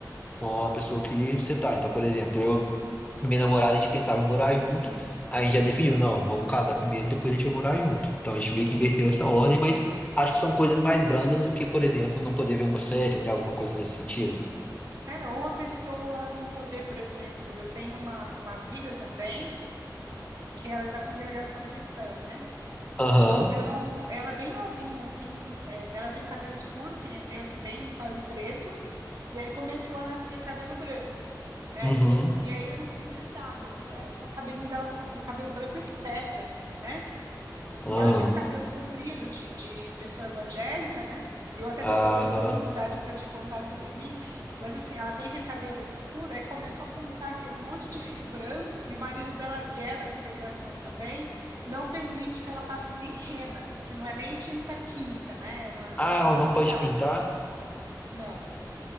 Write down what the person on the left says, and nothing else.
com a pessoa que você tá. Então, por exemplo, eu e minha namorada, a gente pensava em morar junto, aí a gente já definiu, não, vamos casar primeiro, depois a gente vai morar junto. Então, a gente meio que inverteu essa ordem, mas acho que são coisas mais brandas do que, por exemplo, não poder ver uma série, né? Alguma coisa nesse sentido.
Aham,
uhum,
aham,
aham.
Ah,
ela
não pode pintar?